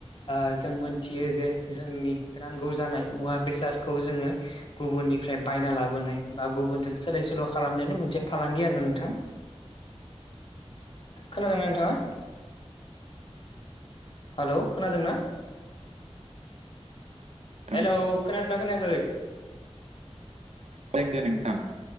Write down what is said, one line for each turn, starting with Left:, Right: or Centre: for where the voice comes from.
Left: ओ जों मोनथियो जे जोंनि नांगौ जानाय मुवा बेसादखौ जोङो गुबुननि निफ्राय बायना लाबोनाय बा गुबुनजों सोलाय सोल' खालामनायनायनि मोनसे फालांगि आरो नोंथां।
Right: <inaudible>
Left: खोनादोंना नोंथाङा? हेल' खोनादोंना?
Right: नोंथां
Left: हेलौ खोनादोंना खोनायाखै?
Right: खोनादों नोंथां।